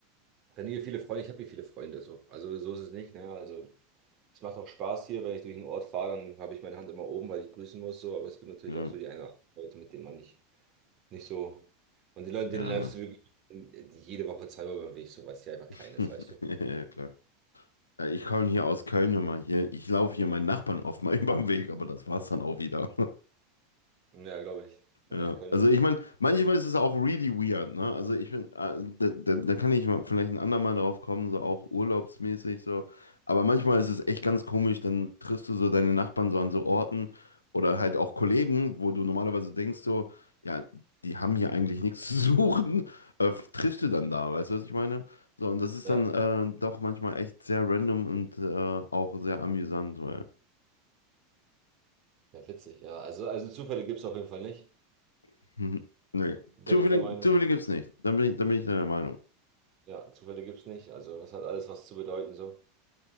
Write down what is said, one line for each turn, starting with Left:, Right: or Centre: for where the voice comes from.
Right: wenn du hier viele Freunde, ich habe hier viele Freunde so. Also so ist es nicht, ne? Also es macht auch Spaß hier, wenn ich durch einen Ort fahre, dann habe ich meine Hand immer oben, weil ich grüßen muss so. Aber es gibt natürlich
Left: Ja,
Right: auch so die eine oder andere Leute, mit denen man nicht, nicht so. Und die Leute,
Left: gerne.
Right: denen läufst du wirklich jede Woche zweimal beim Weg, so weil es hier einfach klein
Left: <laughs>
Right: ist, weißt du?
Left: Ja, klar. Ja, Ich komme hier
Right: Ja.
Left: aus Köln immer hier. Ich laufe hier meinen Nachbarn oft mal <laughs> über den Weg, aber das war's dann auch wieder. <laughs>
Right: Ja, glaube ich.
Left: Ja,
Right: Ja, Köln
Left: also
Right: ist noch.
Left: ich meine, manchmal ist es auch really weird, ne? Also ich bin, äh, dann da, da da kann ich mal vielleicht ein andermal drauf kommen, so auch urlaubsmäßig so. Aber manchmal ist es echt ganz komisch, dann triffst du so deine Nachbarn so an so Orten oder halt auch Kollegen, wo du normalerweise denkst so, ja, die haben hier eigentlich nichts zu suchen, äh, triffst du dann da, weißt du, was ich meine? So, und das ist
Right: Ja,
Left: dann äh, doch manchmal echt sehr random und äh, auch sehr amüsant, weil,
Right: ja, witzig, ja. Also, also Zufälle gibt es auf jeden Fall nicht.
Left: <laughs> nee,
Right: Bin
Left: Zufälle,
Right: ich der Meinung.
Left: Zufälle gibt's nicht. Dann bin ich, dann bin ich deiner Meinung.
Right: Ja, Zufälle gibt es nicht. Also es hat alles was zu bedeuten so.